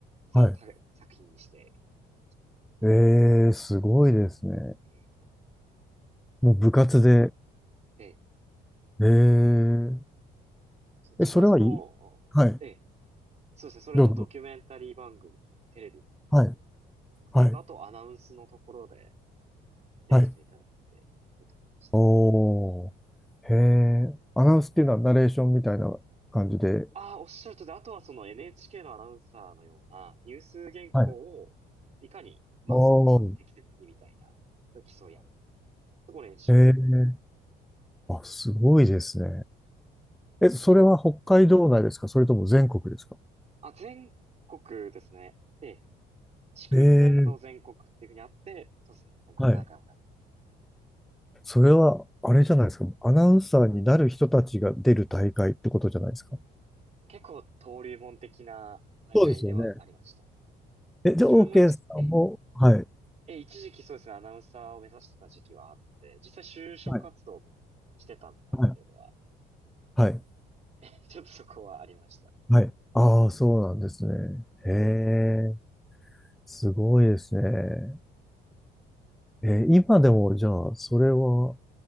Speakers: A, on the right; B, in the centre.
A: それをた作品にして、
B: はい。
A: みたいな感じで。
B: ええすごいですね。
A: ええ、
B: もう部活で。
A: ええ
B: ええ
A: そう自分はその、
B: え、それはいいはい。
A: ええ、そうですね、それのドキュメンタリー番組、
B: どうぞ。
A: テレビの
B: はい。
A: 作成と、
B: はい。
A: あとアナウンスのところでやらせていただいて、
B: はい。
A: っていうところでした。
B: おー。へえ。アナウンスっていうのはナレーションみたいな感じで。
A: ああ、おっしゃるとりで、あとはその NHK のアナウンサーのようなニュース原稿をいかに、
B: はい。あ
A: まあ、
B: あ、は
A: うまく適切にみたいな、競い合う。そこ練習だっ
B: い。へえ。あ、すごいですね。え、それは北海道内ですかそれとも全国ですか
A: た。あ、全国ですね。ええ、地区全土全国っていうふうにあって、
B: ええ、
A: そうですね、全国大会もなります。
B: はい。それは、あれじゃないですか。アナウンサーになる人たちが出る大会ってことじゃないですか。
A: 結構登竜門的な大会ではありましたね。
B: そうですよね。え、じゃあ、
A: 自分も一、
B: OK さんも、
A: ええ、
B: はい、
A: え、一時期そうですね、アナウンサーを目指してた時期はあって、実際就職活動もしてたので、
B: はい、
A: ある程度は。
B: はい。はい、
A: <laughs> ちょっとそこはありましたね。
B: はい。ああ、そうなんですね。へえ、すごいですね。え、今でも、じゃあ、それは、